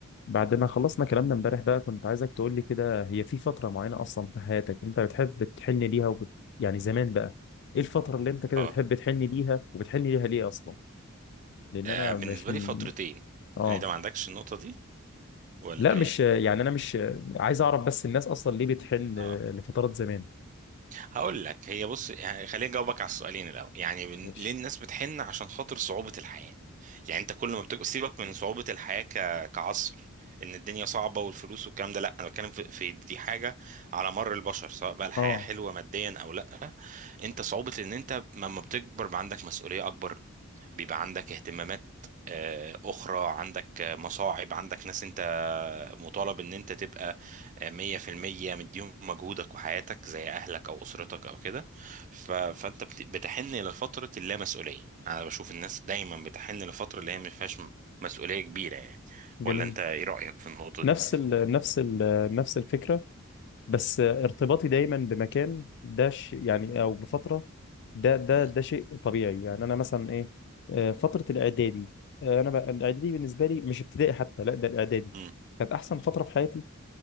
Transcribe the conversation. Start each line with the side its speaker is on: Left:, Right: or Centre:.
Left: بعد ما خلصنا كلامنا امبارح بقى كنت عايزك تقول لي كده هي في فترة معينة أصلا في حياتك أنت بتحب تحن ليها وبت... يعني زمان بقى إيه الفترة اللي أنت كده
Right: اه
Left: بتحب تحن ليها وبتحن ليها ليه أصلا؟ لأن
Right: آه،
Left: أنا
Right: بالنسبة
Left: مش م...
Right: لي فترتين
Left: آه
Right: يعني ده ما عندكش النقطة دي ولا
Left: لا مش
Right: ايه؟
Left: يعني أنا مش عايز أعرف بس الناس أصلا ليه بتحن
Right: اه
Left: لفترات زمان
Right: هقول لك هي بص يعني خليني اجاوبك على السؤالين الاول يعني بن-
Left: ماشي
Right: ليه الناس بتحن عشان خاطر صعوبة الحياة يعني انت كل ما بتبقى سيبك من صعوبة الحياة ك... كعصر ان الدنيا صعبة والفلوس والكلام ده لا انا بتكلم في... في دي حاجة على مر البشر سواء بقى الحياة
Left: اه
Right: حلوة ماديا او لا انت صعوبة ان انت لما بتكبر بقى عندك مسؤولية اكبر بيبقى عندك اهتمامات آه، اخرى عندك آه، مصاعب عندك ناس انت مطالب ان انت تبقى آه، مية في المية مديهم مجهودك وحياتك زي اهلك او اسرتك او كده ف... فانت بت- بتحن الى فترة اللامسؤولية انا بشوف الناس دايما بتحن لفترة اللي هي ما فيهاش م- مسؤولية كبيرة يعني ولا
Left: جميل
Right: انت ايه رأيك في النقطة
Left: نفس
Right: دي
Left: ال... نفس ال... نفس الفكرة بس
Right: مم.
Left: ارتباطي دايما بمكان ده ش- يعني او بفتره ده ده
Right: مم.
Left: ده شيء طبيعي يعني انا مثلا ايه آه، فتره الاعدادي آه، انا بقى الاعدادي بالنسبه لي مش ابتدائي حتى لا ده الاعدادي
Right: مم.
Left: كانت احسن فتره في حياتي